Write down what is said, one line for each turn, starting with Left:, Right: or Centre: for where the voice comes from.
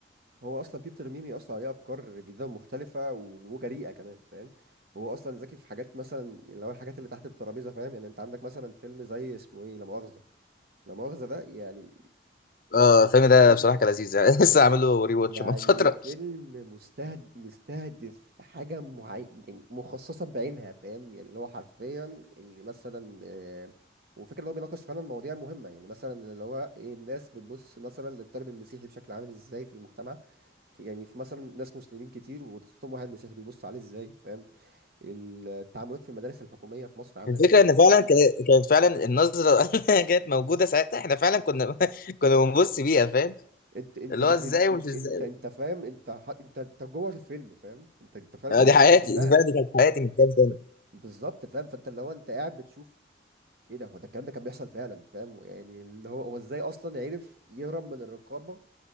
Right: هو اصلا بيبتر ميمي اصلا عليه افكار جديده ومختلفه و- وجريئه كمان فاهم هو اصلا ذكي في حاجات مثلا اللي هو الحاجات اللي تحت الترابيزه فاهم يعني انت عندك مثلا فيلم زي اسمه ايه لا مؤاخذه لا مؤاخذه ده يعني
Left: اه الفيلم ده
Right: فيلم
Left: بصراحه كان لذيذ يعني <laughs> لسه عامل له ري واتش
Right: يعني
Left: من فتره
Right: فيلم مستهد... مستهدف حاجة معينة يعني مخصصة بعينها فاهم يعني اللي هو حرفيا اللي مثلا آه، وفكرة اللي هو بيناقش فعلا مواضيع مهمة يعني مثلا اللي هو ايه الناس بتبص مثلا للطالب المسيحي بشكل عامل ازاي في المجتمع في يعني في مثلا ناس مسلمين كتير وتصوم واحد مسيحي بيبص عليه ازاي فاهم التعاملات في المدارس الحكومية في مصر عاملة
Left: الفكره
Right: ازاي
Left: ان فعلا كان- كانت فعلا النظره <laughs> اللي كانت موجوده ساعتها احنا فعلا كنا <laughs> كنا بنبص بيها فاهم
Right: انت انت
Left: اللي
Right: بتريل
Left: هو ازاي ومش
Right: انت
Left: ازاي
Right: انت انت فاهم انت ح... انت انت جوه الفيلم فاهم انت انت فعلا
Left: آه،
Right: في حاجات
Left: دي حياتي
Right: انت شفتها
Left: دي فعلا دي كانت حياتي من كام سنه
Right: بالظبط فاهم فانت اللي هو انت قاعد بتشوف ايه ده هو ده الكلام ده كان بيحصل فعلا فاهم يعني اللي هو هو ازاي اصلا عرف يهرب من الرقابه